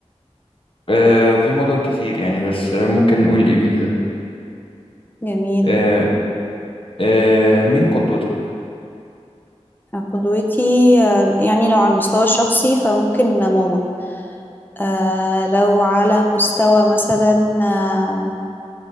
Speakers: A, on the left (about 50°); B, on the left (about 15°).
A: آه في مدن كتير يعني بس آه، ممكن نقول إبيزا
B: جميل
A: آه آه مين قدوتك؟
B: قدوتي آه، يعني لو على المستوى الشخصي فممكن ماما آه لو على مستوى مثلا آه